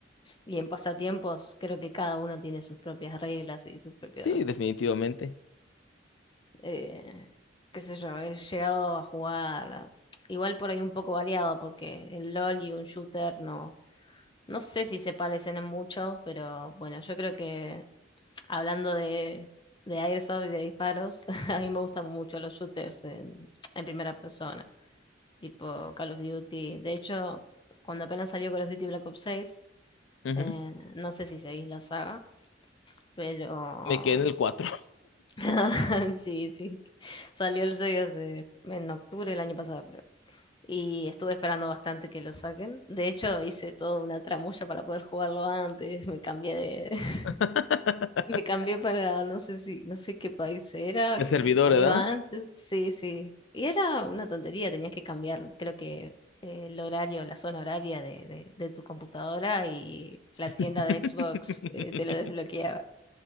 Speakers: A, on the left; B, on the left.
A: Y en pasatiempos creo que cada uno tiene sus propias reglas y sus propios,
B: Sí, definitivamente.
A: eh, qué sé yo, he llegado a jugar a- igual por ahí un poco variado porque el LOL y un shooter no, no sé si se parecen en mucho, pero bueno, yo creo que hablando de, de Airsoft y de disparos, <laughs> a mí me gustan mucho los shooters en, en primera persona, tipo Call of Duty. De hecho, cuando apenas salió Call of Duty Black Ops 6,
B: Ujú.
A: eh, no sé si seguís la saga pero
B: Me quedé en el cuatro
A: <laughs> Sí, sí. Salió el 6 hace, en octubre del año pasado, creo. Y estuve esperando bastante que lo saquen. De hecho, hice toda una tramulla para poder jugarlo antes. Me cambié de, <laughs>
B: <laughs>
A: me cambié para no sé si, no sé qué país era,
B: El
A: que
B: servidor,
A: salió
B: ¿verdad?
A: antes. Sí, sí. Y era una tontería, tenías que cambiar, creo que eh, el horario, la zona horaria de, de, de tu computadora y
B: <laughs>
A: la tienda de Xbox eh, te lo desbloqueaba.